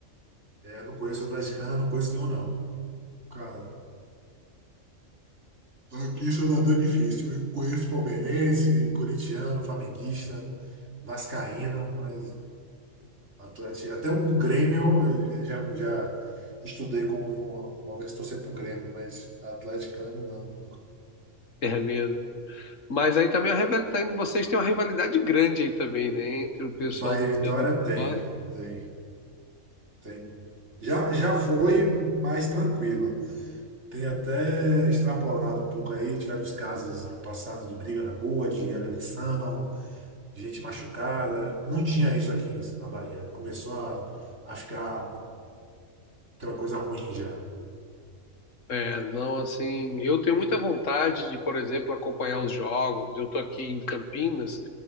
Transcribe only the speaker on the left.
É mesmo. Mas aí também a rivalidade, vocês têm uma rivalidade grande aí também, né? Entre o pessoal
do
Bahia e do
Vitória.
É, não, assim, eu tenho muita vontade de, por exemplo, acompanhar os jogos. Eu tô aqui em Campinas